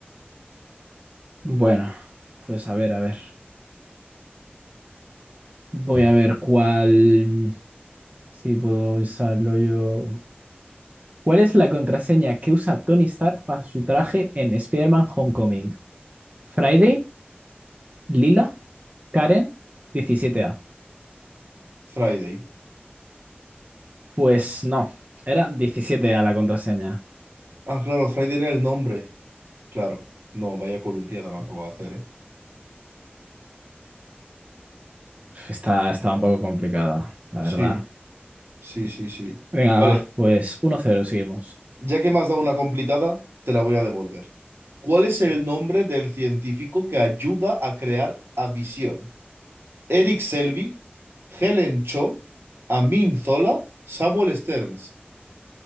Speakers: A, on the right; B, on the right.
A: bueno, pues a ver, a ver. Voy a ver cuál. Si puedo usarlo yo. ¿Cuál es la contraseña que usa Tony Stark para su traje en Spider-Man Homecoming? ¿Friday? ¿Lila? Karen, diecisiete 17A.
B: Friday.
A: Pues no, era 17 a la contraseña.
B: Ah, claro, Friday era el nombre. Claro, no, vaya columpiada me acabo de hacer, ¿eh?
A: Está, estaba un poco complicada, la
B: Sí,
A: verdad.
B: sí, sí, sí.
A: Venga,
B: Vale,
A: va, pues uno cero seguimos.
B: ya que me has dado una complicada, te la voy a devolver. ¿Cuál es el nombre del científico que ayuda a crear a Visión? Eric Selvig, Helen Cho, Amin Zola, Samuel Stearns.